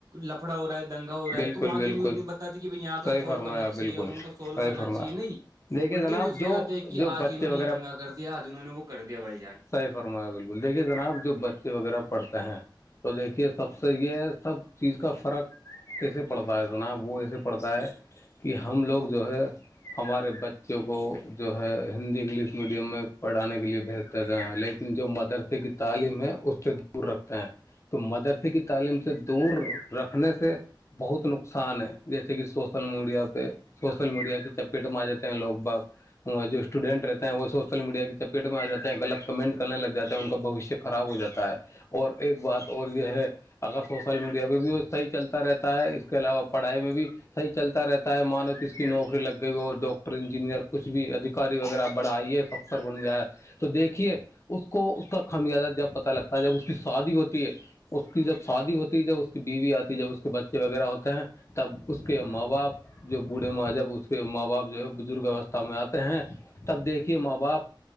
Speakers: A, on the right; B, on the left.
A: لفڑا ہو رہا ہے دنا ہو رہا
B: بالکل
A: ہے تو وہاں
B: بالکل
A: کی نیوز نہیں بتاتی کہ بھائی یہاں
B: صحیح
A: کا سالو
B: فرمایا
A: کرنا چاہیے
B: بالکل
A: ان کو سالو
B: صحیح
A: کرنا
B: فرمایا
A: چاہیے نہیں
B: دیکھیے
A: الٹی
B: جناب
A: نہیںی اس
B: جو
A: پہ لاتے کہ
B: جو
A: آج
B: بچے
A: انہوں نے
B: وغیرہ
A: یہ دنگا کر دیا آج انہوں نے وہ کر دیا بھائی جان
B: صحی فرمایا بالکل دیکھیے جناب جو بچے وغیرہ پڑھتے ہیں تو دیکھیے سب سے یہ ہے سب چیز کا فرق کیسے پڑھتا ہے جناب وہ ایسے پڑھتا ہے کہ ہم لوگ جو ہے ہمارے بچوں کو جو ہے ہندی انگلش میڈیم میں پڑھانے کے لیے بہتر لیکن جو مدرسے کی تعلیم ہے اس سے دور رکھتا ہے تو مدرسے کی تعلیم سے دور رکھنے سے بہت نقصان ہے جیسے کہ سوسل میڈیا پہ سوشل میڈیا کی چپیٹ میںار جاتتے ہیں لوگ باگ وہ جو اسٹوڈینٹ رہتے ہیں وہ سوشل میڈیا کی چپیٹ میں آ جاتے ہیں غط کمنٹ کرنے لگ جاتے ہیں ان کا بوشیہ خراب ہو جاتا ہے اور ایک بات اور یہ ہے اگر سوشل میڈیا پہ بھی صحیح چلتا رہتا ہے اس کے علاوہ پڑھائی میں بھی صحیح چلتا رہتا ہے مانو کس کی نوکری لگ گئی اور ڈاکٹر انجینئر کچھ بھی ادھیکاری وغیرہ بڑھائی ہے سب سر بول جیاائے تو دیکھیے اس کو اس کا خمیازہ جب پتا لگتا ہے جب اس کی شادی ہوتی ہے اس کی جب شادی ہوتی جب اس کی بیوی آتی جب اس کے بچے وغیرہ ہوتے ہیں تب اس کے ماں باپ جو بوڑھے ماں جب اس کے ماں باپ جو ہے بزرگ اوستھا میں آتے ہیں تب دیکھیے ماں باپ